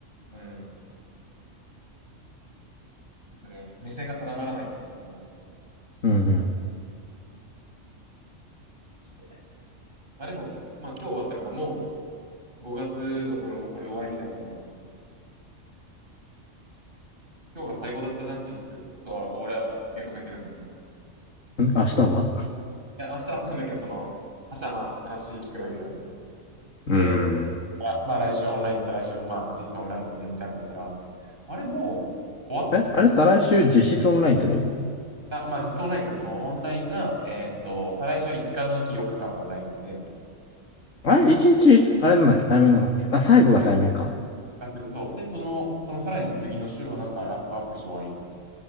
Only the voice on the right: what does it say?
うん。ちょっとね、目線が定まらないっていうところ。
ちょっとまあでも、まあ今日終わったからもう5月の分はもうこれで終わりみたいなもん。今日が最後だったじゃん、実質。とは俺は受け止めてるんだけど。い
や、明日はあるんだけど、その、明日はまあ話聞くだけじゃん。で、
あまあ来週はオンラインで、再来週もまあ実質オンラインでんちゃんだったら、あれもう終わった
あ、まあ、実質オンラインというか、そのオンラインが、えーっと、再来週は5日のうち4日間もオンラインで、みたいな。
ため化する。そう。で、その、そのさらに次の週はなんかラップアップして終わりみたいな